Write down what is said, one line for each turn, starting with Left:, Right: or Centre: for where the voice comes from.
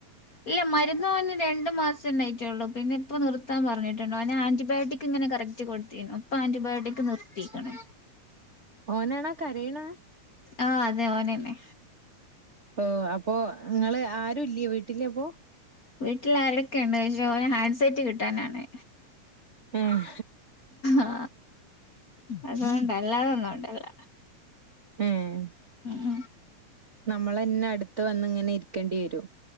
Left: ഇല്ല മരുന്ന് ഓന് രണ്ട് മാസം ഉണ്ടായിട്ടുള്ളൂ പിന്നെ ഇപ്പം നിർത്താൻ പറഞ്ഞിട്ടുണ്ട് ഓന് ആന്റിബയോട്ടിക് ഇങ്ങനെ കറക് റ്റ് കൊട്ത്തീനു ഇപ്പൊ ആന്റിബയോട്ടിക് നിർത്തീക്ക്ണ്
Right: ഓനാണാ കരയ്ണ
Left: ആഹ് അതെ ഓനന്നെ
Right: ഓഹ് അപ്പൊ ഇങ്ങള് ആരും ഇല്ല്യേ വീട്ടില് ഇപ്പോ
Left: വീട്ടിൽ ആരൊക്കെ ഉണ്ട് ഓന് ഹാൻഡ് സെറ്റ് കിട്ടാനാണ്
Right: ഏഹ്
Left: ആ അതോണ്ടാ അല്ലാതെ ഒന്നോണ്ടു അല്ല
Right: ഏഹ്
Left: ഉം
Right: നമ്മളന്നെ അടുത്ത് വന്ന് ഇങ്ങനെ ഇരിക്കേണ്ടി വരും